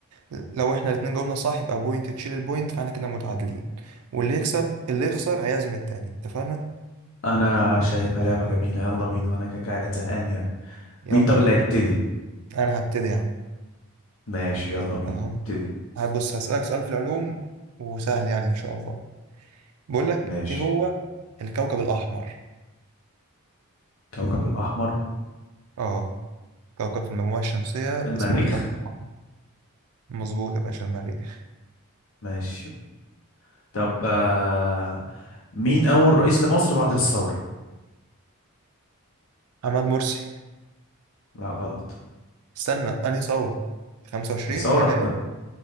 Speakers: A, on the right; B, on the left.
A: لو احنا الاتنين جاوبنا صح يبقى بوينت تشيل البوينت فاحنا كده متعادلين واللي يكسب اللي يخسر هيعزم التاني اتفقنا
B: انا شايفها لعبة جميلة يلا بينا وانا كده قاعد زهقان يعني
A: يلا
B: مين طب
A: يا
B: اللي
A: باشا
B: هيبتدي
A: انا هبتدي يا عم
B: ماشي يلا بينا
A: تمام
B: ابتدي
A: هبص هسألك سؤال في العلوم وسهل يعني ان شاء الله بقول لك
B: ماشي
A: ايه هو الكوكب الأحمر
B: كوكب الاحمر
A: اه كوكب في المجموعة الشمسية
B: المريخ
A: اسمه الكوكب الأحمر مظبوط يا باشا المريخ
B: ماشي طب آه، مين اول رئيس لمصر بعد الثورة
A: محمد مرسي
B: لا غلط
A: استنى أنهي ثورة 25
B: الثورة
A: يناير
B: بتاع-